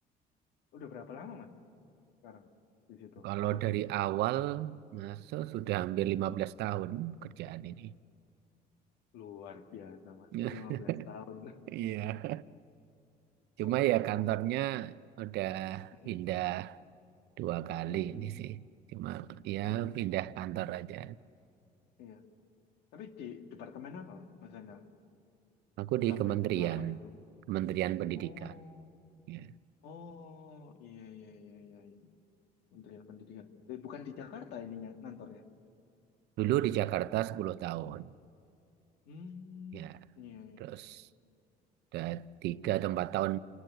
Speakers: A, on the left (about 85°); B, on the right (about 80°).
A: udah berapa lama Mas sekarang di situ?
B: Kalau
A: Berarti
B: dari awal masuk sudah hampir 15 tahun kerjaan ini.
A: luar biasa Mas,
B: <laughs>
A: lima belas tahun.
B: Iya. Cuma
A: <laughs> Kok?
B: ya kantornya udah
A: Mm-mm.
B: pindah dua kali
A: Mm,
B: ini sih. Cuma ya
A: mm,
B: pindah kantor aja.
A: iya. Tapi di departemen apa Mas Endang
B: Aku di
A: sampai
B: kementerian,
A: selama itu?
B: Kementerian Pendidikan.
A: Oh,
B: Ya.
A: oh, iya iya iya iya. iya. Kementerian Pendidikan. Eh, Bukan di Jakarta ininya kantornya.
B: Dulu di Jakarta 10 tahun.
A: Hmm,
B: Ya.
A: iya iya.
B: Terus udah tiga atau empat tahun